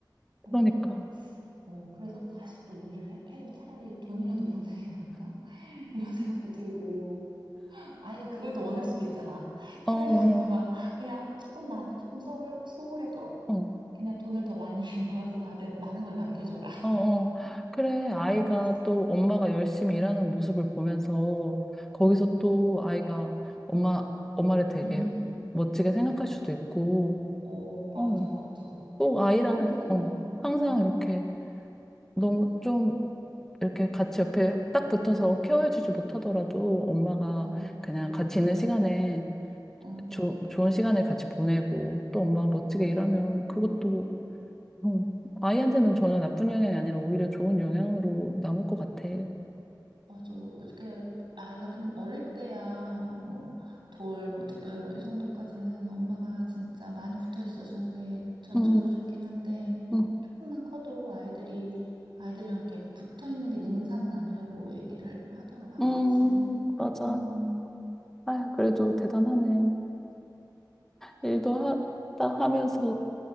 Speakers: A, on the right; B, in the centre.
A: 뭔가
B: 그러니까.
A: 어 그래서 다시 또 일을 해, 해서 차라리 돈이라도 버는 게 나은가? <laughs> 이런 생각도 들고 아이가 그걸 더 원할 수도 있잖아. 차라리
B: 어, 어,
A: <laughs> 엄마가 그냥 조금 나한테 조금 소홀, 소홀해도
B: 어,
A: 그냥 돈을 더 많이 <laughs> 모아서 나한테 많은 걸 남겨줘라.
B: 어. 어. 그래,
A: 그런
B: 아이가
A: 거 원할 수도
B: 또
A: 있으니까.
B: 엄마가 열심히 일하는 모습을 보면서 거기서
A: 음,
B: 또 아이가 엄마, 엄마를 되게
A: 음,
B: 멋지게 생각할 수도 있고,
A: 오, 맞아,
B: 어,
A: 맞아.
B: 꼭 아이랑,
A: 조금 크면,
B: 어, 항상
A: 음,
B: 이렇게 너무 좀 이렇게 같이 옆에 딱 붙어서 케어해주지 못하더라도 엄마가
A: 어,
B: 그냥 같이 있는 시간에
A: 어, 어,
B: 조, 좋은 시간을 같이 보내고 또 엄마가 멋지게 일하면 그것도 어, 아이한테는 전혀 나쁜 영향이 아니라 오히려 좋은 영향으로 남을 것 같아.
A: 맞아. 이렇게 아이가 좀 어릴 때야, 뭐, 돌, 뭐, 두돌, 뭐, 이 정도까지는 엄마가 진짜 많이 붙어 있어주는 게 전적으로
B: 응
A: 좋긴 한데,
B: 응
A: 조금만 커도 아이들이, 아이들이랑 이렇게 붙어 있는 게 능사는 아니라고 얘기를 하더라.
B: 응,
A: 그치?
B: 맞아.
A: 음,
B: 아휴, 그래도 대단하네. 일도 하, 했다 하면서